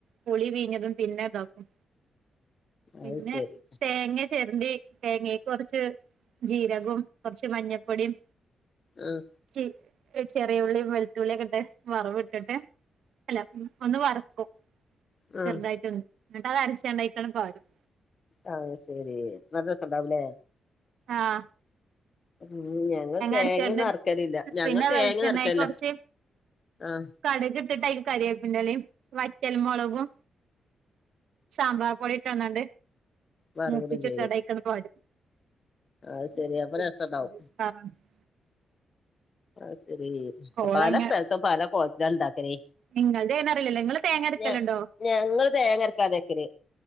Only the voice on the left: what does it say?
അത് ശരി
ആഹ
ഉം
ആഹ ശെരി നല്ല രസണ്ടാവുലെ
ഉും ഞങ്ങൾ തേങ്ങ
വറക്കലില്ല ഞങ്ങൾ
തേങ്ങ
വറക്കല്ല
ആഹ
വറവിടും
ചെയ്യും
അത്
ശെരി അപ്പൊ രസണ്ടാവും ആഹ ശെരി
പല സ്ഥലത്തും പല കോല്ത്തില ണ്ടാക്കലെ
ഞ ഞങ്ങള് തേങ്ങ അരക്കാതെ വെക്കല്.